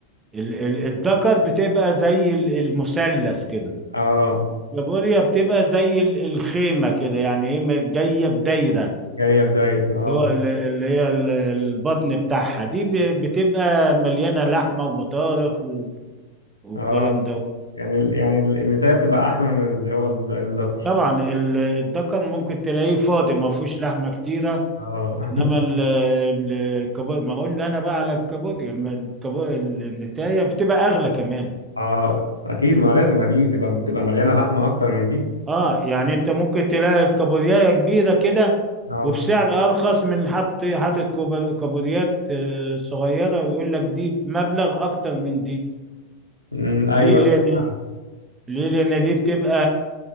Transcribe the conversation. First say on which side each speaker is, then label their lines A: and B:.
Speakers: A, on the right; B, on the left.
A: ال- الدكر بتبقى زي ال- المثلث كده
B: اه
A: البوريا بتبقى زي ال- الخيمة كده يعني ايه م- جاية بدايرة
B: جاية بداير اه
A: اللي هو ال- اللي هي ال- البطن بتاعها دي ب- بتبقى مليانة لحمة وبطارخ و- والكلام
B: اه
A: ده
B: يعني ال... يعني ال- النتاية بتبقى أحلى من اللي هو الد- الدكر
A: طبعا ال- الدكر ممكن تلاقيه فاضي ما فيهوش لحمة كتيرة
B: اه
A: انما
B: <laughs>
A: ال- ال- الكابوريا ما اقول انا بقى على الكابوريا اما الكابوريا النتايه بتبقى اغلى كمان
B: اه أكيد ما لازم ما دي تبقى بتبقى مليانة لحمة أكتر من دي
A: اه يعني انت ممكن تلاقي الكابوريايه كبيره كده
B: اه
A: وبسعر ارخص من حط حاطط كوب- كابوريات آه، صغيره ويقول لك دي بمبلغ اكتر من دي
B: أمم، أيوه
A: ليه لان
B: فعلا
A: ليه لان دي بتبقى